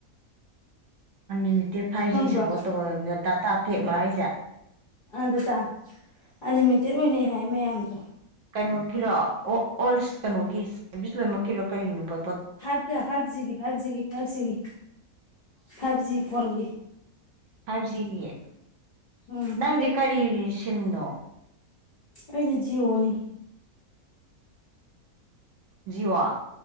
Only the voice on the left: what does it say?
ꯈꯪꯕ꯭ꯔꯣ
ꯑ ꯑꯗꯨꯇꯥ ꯑꯟꯂꯤꯃꯤꯇꯦꯠ ꯑꯣꯏꯅꯩ ꯍꯥꯏ ꯃꯌꯥꯝꯗꯣ
ꯐꯥꯏꯚ ꯐꯥꯏꯚꯖꯤꯒꯤ ꯐꯥꯏꯚ ꯖꯤꯒꯤ ꯐꯥꯏꯚꯖꯤꯒꯤ ꯐꯥꯏꯚ ꯖꯤ ꯐꯣꯟꯒꯤ
ꯎꯝ
ꯑꯩꯅ ꯖꯤꯑꯣꯅꯤ